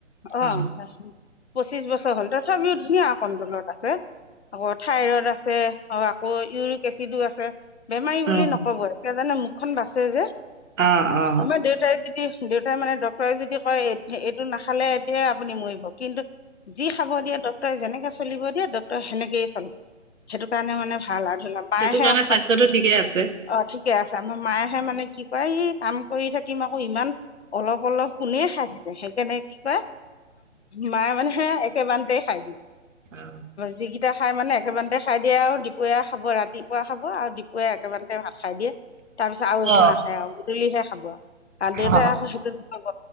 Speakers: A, on the left (about 60°); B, on the right (about 85°).
A: অহ।
B: অ
A: পঁচিছ বছৰ হ'ল তথাপিও ধুনীয়া কণ্ট্ৰলত আছে। আকৌ থাইৰড আছে, আকৌ ইউৰিক এচিডো আছে। বেমাৰী বুলি
B: অ
A: নকব সে জানে মুখখন বাচে যে,
B: অ অ
A: আমাৰ দেউতাই দেউতাই মানে ডক্তৰে যদি কয় এইটো নাখালে এতিয়াই আপুনি মৰিব কিন্তু যি খাব দিয়ে ডক্টৰ যেনেকে চলিব দিয়ে ডক্টৰ সেনেকেই চলে, সেইটো কাৰণে মানে ভাল আৰু। মাহে
B: সেইটো কাৰণে
A: অকমান,
B: স্বাস্থ্যটো ঠিকেই আছে
A: অ', ঠিকে আছে। আমাৰ মায়েহে মানে কি কয় এই কাম কৰি থাকিম আকৌ ইমান, অলপ অলপ কোনে খাই থাকে! যেনেকে কি কয়, মায়ে মানে হে একেবাৰতে খাই দিয়ে।
B: অ
A: যিকেইটা খাই মানে একেবাৰেতে খাই দিয়ে আৰু দুপৰীয়া খাব ৰাতিপুৱা খাব আৰু কে একেবাৰতে ভাত খাই দিয়ে। তাৰপিছত আৰু একো
B: অ
A: নাখায় আৰু। গধূলিহে খাব আৰু। দেউতাই
B: অ
A: আকৌ সেইটো নহব